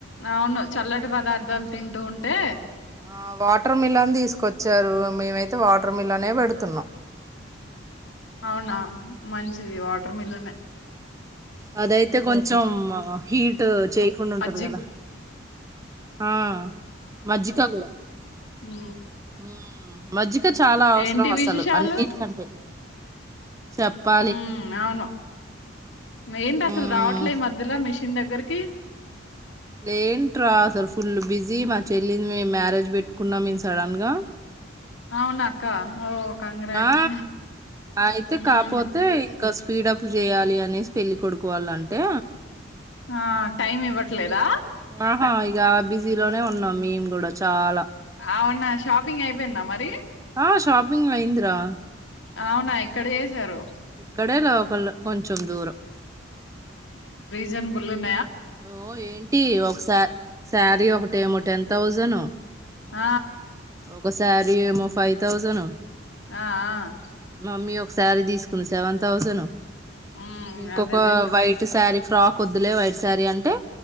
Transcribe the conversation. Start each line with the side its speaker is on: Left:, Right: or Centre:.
Left: అవును చల్లటి పదార్థాలు తింటూ ఉంటే
Right: ఆ వాటర్ మిలన్ తీస్ కొచ్చారు మేమైత్ వాటర్ మిల్ నే పెడుతున్నాం
Left: అవునా మంచిది వాటర్ మిలనే
Right: అదయితే కొంచం హీట్ చేయకుండా ఉంటది
Left: మజ్జి
Right: కదా ఆ మజ్జిగ కూడా
Left: హు
Right: ఉ మజ్జగా చాలా అవసరం
Left: ఏంటి
Right: అసలు
Left: విశేషాలు
Right: అన్నిటికంటే చెప్పాలి
Left: ఉమ్ అవును ఏంటసలు
Right: మ్మ్
Left: రావట్లే ఈ మధ్యలో మిష్ దగ్గరీకి
Right: ఏంట్రా అసలు ఫుల్ బిజీ మా చెల్లిది మేము మ్యారేజ్ పెట్టుకున్నాం మేము సడన్ గా
Left: అవునా అక్క ఓ కంగ్రాట్స్
Right: ఆ అయితే
Left: ఉమ్
Right: కాపోతే ఇంక స్పీడప్ చేయాలి అనేసి పెళ్ళికొడుకు వాళ్ళంటే
Left: ఆ టైమ్ ఇవ్వట్లేదా
Right: ఆహా ఇక బిజీలోనే ఉన్నాం మేము కూడా చాలా
Left: అవునా షాపింగ్ అయిపోయిందా మరి
Right: ఆ షాపింగైంది రా
Left: అవునా ఎక్కడ చేశారు
Right: ఇక్కడే లోకల్లో కొంచెం దూరం
Left: జం బుల్ ఉన్
Right: ఓ ఏంటి ఒకసారి శారీ ఒకటేమో టెన్ థౌజనుూ
Left: ఆ
Right: ఒక శారి ఏమో ఫైవ్ థౌజనూ
Left: అ ఆ
Right: మమ్మీ ఒక శారీ తీసుకుంది సెవెన్ థౌజను
Left: మ్మ్
Right: ఇంకొక
Left: అదేలే ఇంకా
Right: వైట్ శారీ ఫ్రాక్ కొద్దులే వైట్ సారీ అంటే